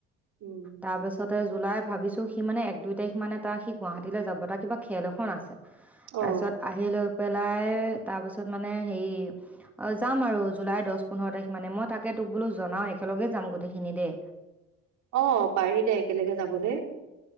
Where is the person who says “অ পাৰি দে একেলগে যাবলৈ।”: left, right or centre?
Right